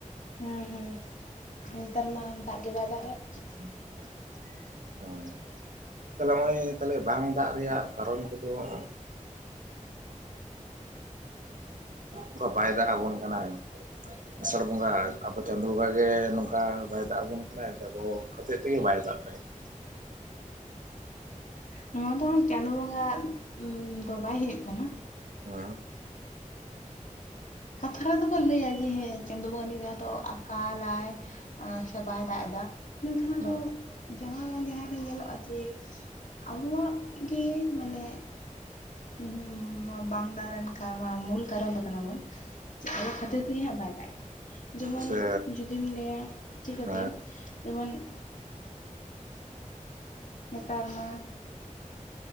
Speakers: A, on the left; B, on the right.
A: ᱦᱩᱸ ᱦᱩᱸ ᱱᱮᱛᱟᱨ ᱢᱟ ᱫᱟᱜ ᱜᱮ ᱵᱟᱭ ᱫᱟᱜᱮᱫ।
B: <inaudible> ᱚᱻ ᱛᱟᱦᱞᱮ ᱱᱚᱜᱼᱚᱭ ᱛᱟᱦᱞᱮ ᱵᱟᱝ ᱫᱟᱜ ᱨᱮᱭᱟᱜ ᱠᱟᱨᱚᱱ ᱠᱚᱫᱚ ᱼᱼ ᱚᱱᱠᱟ ᱵᱟᱭ ᱫᱟᱜ ᱟᱵᱚᱱ ᱠᱟᱱᱟ ᱟᱥᱟᱲ ᱼᱼ ᱵᱚᱸᱜᱟ ᱟᱵᱚ ᱪᱟᱸᱫᱚ ᱵᱚᱸᱜᱟ ᱜᱮ ᱱᱚᱝᱠᱟ ᱵᱟᱭ ᱫᱟᱜ ᱟᱵᱚᱱ ᱠᱟᱱᱟᱭ ᱥᱮ ᱟᱵᱚ ᱦᱚᱛᱮᱫ ᱛᱮᱜᱮ ᱵᱟᱭ ᱫᱟᱜ ᱮᱫᱟᱭ? <inaudible>
A: ᱱᱚᱣᱟ ᱫᱚ ᱦᱟᱸᱜ ᱪᱟᱸᱫᱚ ᱵᱚᱸᱜᱟ ᱫᱚ ᱵᱟᱭ ᱦᱩᱭᱩᱜ ᱠᱟᱱᱟ।
B: ᱦᱚᱸ᱾
A: ᱠᱟᱛᱷᱟ ᱨᱮᱫᱚ ᱠᱚ ᱞᱟᱹᱭᱟ ᱡᱮ ᱦᱮᱸ ᱪᱟᱸᱫᱚ ᱵᱚᱸᱜᱟ ᱱᱤᱭᱟᱹ ᱫᱷᱟᱣ ᱫᱚ ᱟᱠᱟᱻ ᱞᱟᱭ। ᱟᱪᱪᱷᱟ ᱵᱟᱭ ᱫᱟᱜ ᱮᱫᱟ ᱢᱮᱱᱠᱷᱟᱱ ᱟᱫᱚ
B: ᱦᱩᱸ
A: ᱼᱼ ᱡᱟᱦᱟᱸ ᱵᱟᱝ ᱡᱟᱦᱟᱸᱨᱮ ᱧᱮᱞᱚᱜᱼᱟ ᱡᱮ ᱟᱵᱚᱣᱟᱜ ᱜᱮ ᱢᱟᱱᱮ ᱼᱼ <unintelligible> ᱡᱟᱦᱟᱸ ᱞᱮᱠᱟ ᱛᱮᱜᱮ ᱦᱟᱸᱜ ᱵᱟᱭ ᱫᱟᱜ ᱼᱼ ᱡᱮᱢᱚᱱ
B: ᱥᱮ
A: ᱡᱩᱫᱤᱢ ᱞᱟᱹᱭᱟ ᱪᱤᱠᱟᱹᱛᱮ
B: ᱦᱮᱸ
A: ᱡᱮᱢᱚᱱ ᱼᱼ ᱱᱮᱛᱟᱨ ᱢᱟ